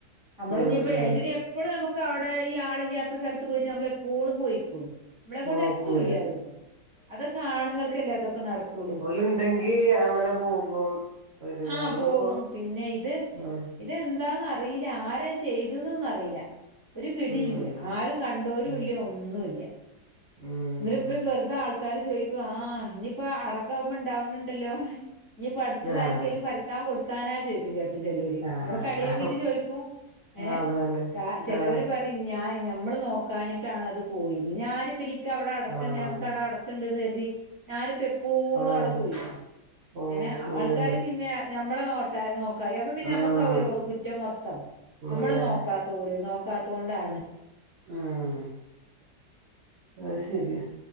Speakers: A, on the left; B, on the right.
A: നമ്മള്
B: ഉം
A: ഇഞ്ഞിപ്പം
B: ഉം
A: അയ്ശരിഎപ്പളും നമുക്ക് അവിടെ ഈ ആളില്ലാത്ത സ്ഥലത്ത് പോയിട്ട് നമ്മളെ എപ്പോളും പോയികേ? നമ്മളെ കൊണ്ട്
B: നോക്കൂല
A: എത്തൂല്യാഅതൊന്നും അതൊക്കെ ആണുങ്ങൾക്കല്ലേ അതൊക്കെ നടക്കുള്ളൂ.
B: ഇണ്ടെങ്കി അങ്ങനെ പോകും വരും
A: ആ
B: ഞങ്ങളിപ്പോ
A: പോവും പിന്നെ ഇത് ഇത്
B: ആഹ്
A: ഇതെന്താന്ന റില ആരാ ചെയ്ത് ന്നൊന്നും അറിയില്ല ഒരു പിടിയില്ല
B: ഉം
A: ആരും കണ്ടോരുയില്ല
B: ഉം
A: ഒ ന്നുല്യാ
B: ഉം
A: ന്നൊരു ഇപ്പൊ വെറുതെ ആൾക്കാര് ചോദിക്കും ആ ഇനിയിപ്പോ അടക്കാവുമ്പോ ഇണ്ടാവണ് ണ്ടല്ലോ ഇനിയിപ്പൊ അടുത്തത്
B: ആഹ്
A: ആർക്കേലും പറിക്കാൻ കൊടുക്കാനാ ചോയിക്കും പ്പില്ലാത്ത ചെലോര്
B: ആഹ്
A: നമ്മളെ കളിയാകീട്ട് ചോദിക്കും ഏ
B: അതന്നെ
A: ക ചെലോര്
B: ആഹ്
A: പറ പ്പ ഞ നമ്മള് നോക്കാഞ്ഞിട്ടാണ് അത് പോയത് ഞാനിപ്പ എനിക്ക് അവിടെ അടക്കണ്യ
B: ആഹ്
A: ക്കട അടക്കണ്ടെന്ന് കരുതി ഞാനിപ്പോ എപ്പോഴും
B: ആഹ്
A: അവിടെ പോയികേ?
B: പോകൂലല്ലോ
A: ഏ ആൾക്കാര് പിന്നെ ഞമ്മളെ നോട്ട നോക്കായി അപ്പൊ പിന്നെ നമ്മുക്കാവൂലെ
B: ഉം
A: കുറ്റം മൊത്തം
B: പിന്നെ
A: നമ്മള് നോ ക്കാത്തോള് നോക്കാത്തോണ്ടാണ്
B: ഉം അഹ് ശരിയ